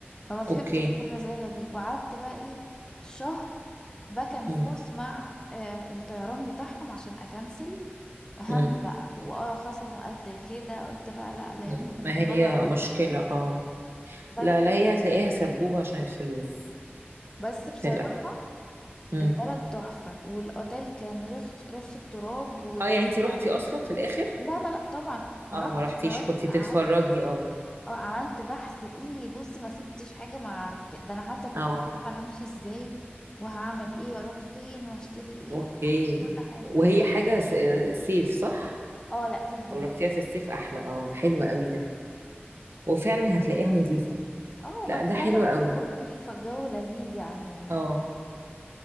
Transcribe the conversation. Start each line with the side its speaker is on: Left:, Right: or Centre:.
Left: فما فهمت
Right: اوكي
Left: الرزالة دي وقعدت بقى ايه شهر باك اند
Right: مم.
Left: فورث مع آه، الطيران بتاعهم عشان اكنسل وهم
Right: مم.
Left: بقى واه خصموا قد كده قلت بقى لا لا
Right: مم.
Left: يمكن
Right: ما
Left: اقرر
Right: هي مشكلة
Left: <laughs>
Right: اه
Left: بس
Right: لا لا هي هتلاقيها سبوبة عشان الفلوس
Left: بس بصراحة
Right: للأسف مم.
Left: البلد تحفة والأوتيل كان رخص رخص التراب والرخص
Right: اه يعني انتي روحتي
Left: عليه
Right: اصلا في الاخر
Left: لا لا لا طبعا ما
Right: اه
Left: رحتش
Right: ما رحتيش
Left: أنا بس
Right: كنتي
Left: قعدت
Right: بتتفرجي اه
Left: اه عملت بحث ايه بصي ما سبتش حاجة ما عرفت ده أنا حتى كنت
Right: اه
Left: عارفة همشي ازاي وهعمل ايه واروح فين واشتري ايه
Right: اوكي
Left: كل حاجة كل حاجة
Right: وهي حاجة س- آه، صيف صح
Left: اه لا جدا
Right: لو رحتيها في الصيف احلى اه حلوة قوي ده وفعلا هتلاقيها نظيفة
Left: اه وبعدين
Right: لا ده حلو
Left: بلد
Right: قوي
Left: أوروبي فالجو لذيذ يعني
Right: اه